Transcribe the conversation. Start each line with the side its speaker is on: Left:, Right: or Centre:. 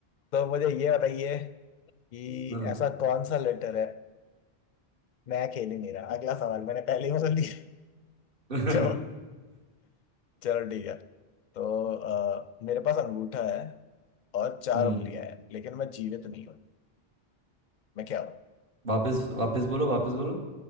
Left: तो मुझे ये बताइए कि
Right: हम्म
Left: ऐसा कौन सा लेटर है मैं खेल ही नहीं रहा अगला सवाल मैंने पहले ही बोल दिया <laughs>
Right: <laughs>
Left: जो चलो ठीक है तो अ, मेरे पास अंगूठा है और चार
Right: हम्म,
Left: उंगलियां हैं लेकिन मैं जीवित नहीं हूँ मैं क्या हूँ
Right: वापिस वापिस बोलो वापिस बोलो